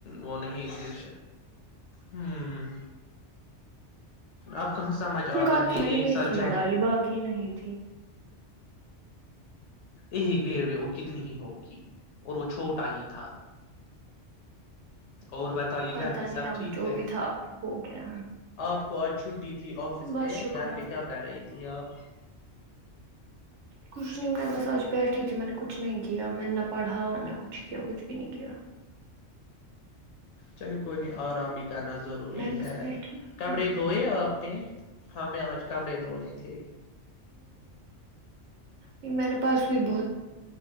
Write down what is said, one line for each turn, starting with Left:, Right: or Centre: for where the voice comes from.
Left: وہ نہیں جٹی ہوں اب کہاں سمجھ
Right: اس نے
Left: آتا
Right: کہا
Left: ہے
Right: تو
Left: یہ
Right: میں نے
Left: ایک
Right: میتھی
Left: سجہ
Right: میں ڈالی باقی نہیں تھی
Left: ایک بھیڑ بھی اور کتنی ہی ہوگی اور وہ چھوٹا ہی تھا اور بتائیے
Right: پتا
Left: گھر پہ
Right: نہیں
Left: سب
Right: اب
Left: ٹھیک
Right: جو
Left: ہے
Right: بھی تھا ہو گیا
Left: آپ کو آج چھٹی تھی آفس
Right: بس
Left: پ
Right: شکر
Left: گھر
Right: آپ
Left: پہ کیا کر رہی تھی ا کیا آپ
Right: کچھ نہیں میں بس آج بیٹھی تھی میں نے کچھ نہیں کیا میں نے نہ پڑھا نہ کچھ کیا کچھ بھی نہیں کیا
Left: چلے کوئی نہیں آرام بھی کرنا ضروری
Right: میں بس
Left: ہے
Right: بیٹھی
Left: کپڑے
Right: تھی
Left: دئے آپ کہ ہمیں آج کپڑے دھونے تھے
Right: یہ میں نے پاس ہوئی بہت